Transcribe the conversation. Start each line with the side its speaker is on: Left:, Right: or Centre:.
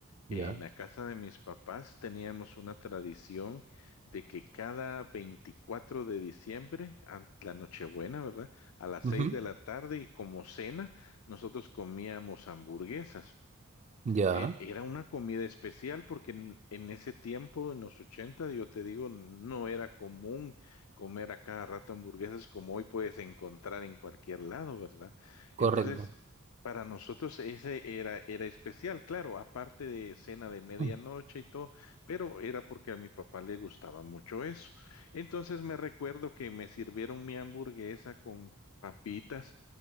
Left: En
Right: Ya.
Left: la casa de mis papás teníamos una tradición de que cada 24 de diciembre, an- la Nochebuena, ¿verdad? A las
Right: Ujú.
Left: 6 de la tarde, y como cena, nosotros comíamos hamburguesas
Right: Ya,
Left: e- Era una comida especial porque en, en ese tiempo, en los 80 yo te digo, no era común comer a cada rato hamburguesas como hoy puedes encontrar en cualquier lado, ¿verdad?
Right: correcto.
Left: Entonces, para nosotros ese era, era especial, claro, aparte de cena de medianoche
Right: Mm.
Left: y todo, pero era porque a mi papá le gustaba mucho eso. Entonces me recuerdo que me sirvieron mi hamburguesa con papitas